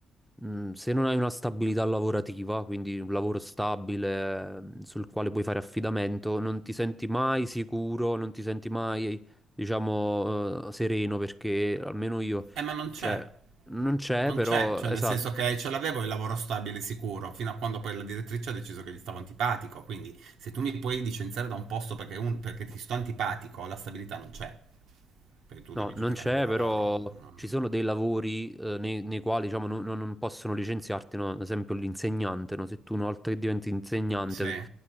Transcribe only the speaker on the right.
Eh, ma non c'è.
Non
c'è, cioè
nel senso che ce l'avevo il lavoro stabile sicuro, fino a quando poi la direttrice ha deciso che gli stavo antipatico, quindi se tu mi puoi licenziare da un posto perché, un- perché ti sto antipatico, la stabilità non c'è, perché tu
devi
giudicare
il mio lavoro.
non-
Sì.